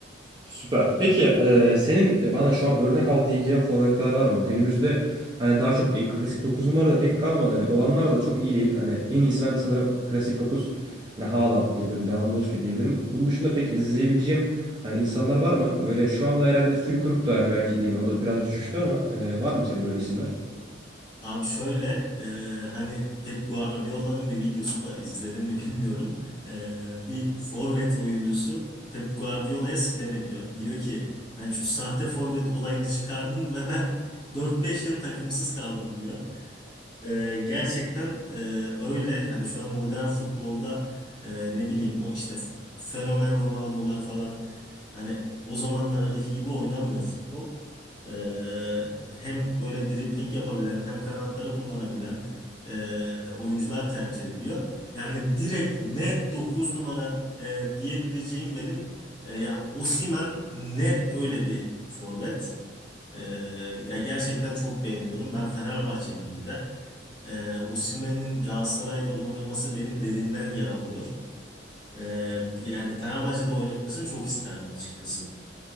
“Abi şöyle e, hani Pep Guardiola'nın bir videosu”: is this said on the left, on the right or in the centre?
Left